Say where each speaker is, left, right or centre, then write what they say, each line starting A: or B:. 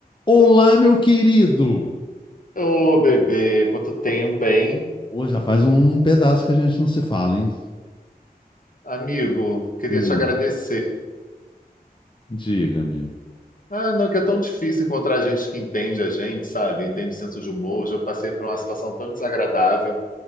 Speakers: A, on the left; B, on the left.
A: Olá, meu querido!
B: Ô, bebê, quanto tempo, hein?
A: Hoje já faz um pedaço que a gente não se fala, hein?
B: Amigo, queria
A: Hum,
B: te agradecer.
A: diga-me.
B: Ah, não, que é tão difícil encontrar gente que entende a gente, sabe? Entende o senso de humor. Hoje eu passei por uma situação tão desagradável.